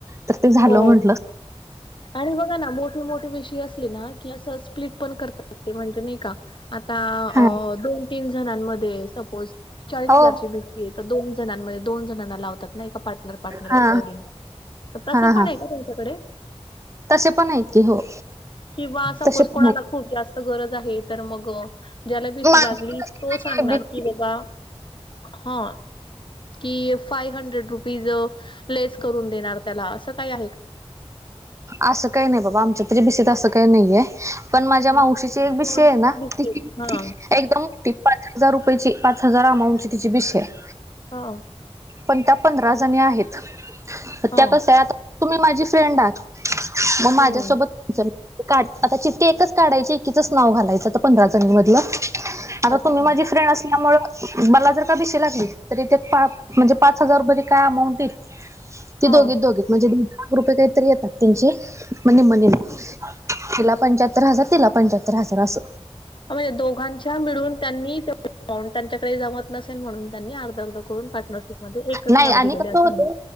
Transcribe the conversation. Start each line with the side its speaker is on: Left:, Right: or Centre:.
Right: तर ते झालं
Left: हो
Right: म्हटलं
Left: आणि बघा ना मोठ. मोठ भिषिय असले ना की असं स्प्लिट पण करत म्हणजे नाही का? आता अ
Right: हा
Left: दोन तीन जणांमध्ये सपोज चाळीस
Right: हो
Left: हजारची बी. तर दोन जणांमध्ये दोन जणांना लावतात ना एका पार्टनर पार्टनर
Right: हा
Left: अ जोड. तसं
Right: हा
Left: पण
Right: हा
Left: आहे का तुमच्याकडे.
Right: तसे पण आहेतत की हो.
Left: किंवा सपोज
Right: तसे पण
Left: कोणाला
Right: आहेत
Left: खूप जास्त गरज आहे तर मग? ज्याला पिशी
Right: माझी
Left: लागली
Right: पण तशी
Left: तो
Right: नाहीये
Left: सांगणार
Right: भीती
Left: की बाबा हा. की फाइव हंड्रेड रुपीज लेस करून देणार त्याला असं काही आहे.
Right: असं काही नाही बाबा आमच्या तरी बिसीत असं काही नाहीये. पण माझ्या
Left: म्हणजे
Right: मावशीची एक विषय आहे ना ति
Left: हा
Right: एकदम. पाच हजार रुपयाची पाच हजार अमाऊंट ची तिची बष आहे.
Left: हा.
Right: पण त्या पंधरा जणी आहेत
Left: हा
Right: त्या कस आता तुम्ही माझी फ्रेंड आहात. मग माझ्यासोबत.
Left: हम्म
Right: काढ आता चित्ती एकच काढायची एकीचच नाव घालायचं आता पंधरा जण मधलं. आ गं
Left: अच्छा
Right: तुम्ही माझी फ्रेंड असल्यामुळ मला जर का बिशी लागली तरी ते पा म्हणजे पाच हजार रूपये काय अमाऊंट ईत ती
Left: हा
Right: दोघी दोघी म्हणजे दीन लाख रुपये काहीतरी येतात त्यांचे मने मने ना
Left: हम्म.
Right: तिला पंचाहत्तर हजार तिला पंचाहत्तर हजार अस.
Left: आवे दोघांच्या मिळून त्यांनी माउंट त्यांच्याकडे जमत नसेल म्हणून त्यांनी अर्ध अर्ध करून पार्टनरशिपमध्ये एकच
Right: नाही
Left: नाव
Right: आणि
Left: दिलेलं
Right: कसं
Left: असं
Right: होतंय
Left: म्हण.